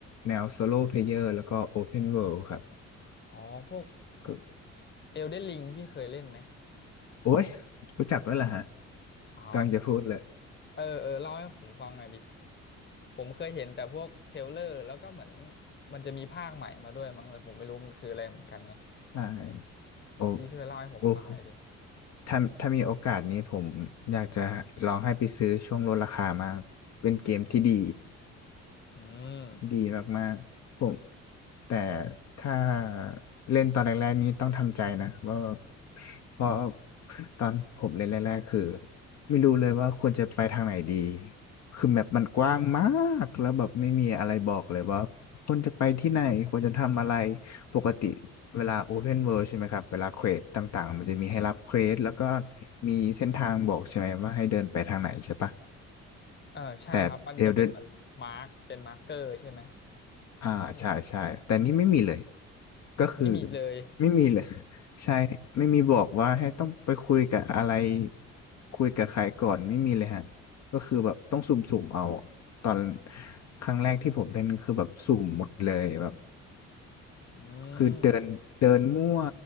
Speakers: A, on the left; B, on the left.
A: แนวโซโล่เพลเยอร์แล้วก็ Open World ครับ
B: อ๋อพวก
A: ก็
B: Elden Ring พี่เคยเล่นไหม
A: โอ้ยรู้จักด้วยเหรอฮะ
B: อ๋อ
A: กำลังจะพูดเลย
B: เออเออเล่าให้ผมฟังหน่อยดิ ผมเคยเห็นแต่พวกเทรลเลอร์แล้วก็เหมือนมันจะมีภาคใหม่มาด้วยมั้งแต่ผมไม่รู้มันคืออะไรเหมือนกันไง
A: ใช่โอ้
B: พี่ช่วยเล่าให้ผมฟังหน่อยดิ
A: โอ้ผมถ้าถ้ามีโอกาสนี้ผมอยากจะลองให้ไปซื้อช่วงลดราคามากเป็นเกมที่ดี
B: อืม
A: ดีมากๆผมแต่ถ้าเล่นตอนแรกๆนี้ต้องทำใจนะว่าเพราะตอนผมเล่นแรกๆคือไม่รู้เลยว่าควรจะไปทางไหนดีคือแมปมันกว้างมากแล้วแบบไม่มีอะไรบอกเลยว่าควรจะไปที่ไหนควรจะทำอะไรปกติเวลา Open World ใช่ไหมครับเวลาเควสต่างๆมันจะมีให้รับเควสแล้วก็มีเส้นทางบอกใช่ไหมว่าให้เดินไปทางไหนใช่ปะ
B: เออใช่ครับมันจะเป็นเหมือนมาร์กเป็นมาร์กเกอร์ใช่ไหม
A: แต่ Elden อ่าใช่ใช่แต่นี่ไม่มีเลย
B: ครับผมอืม
A: ก็คือ
B: ไม่มีเลย
A: ไม่มีเลย <laughs> ใช่ไม่มีบอกว่าให้ต้องไปคุยกับอะไรคุยกับใครก่อนไม่มีเลยฮะก็คือแบบต้องสุ่มๆเอาตอนครั้งแรกที่ผมเดินคือแบบสุ่มหมดเลยแบบ
B: อืม
A: คือเดินเดินมั่ว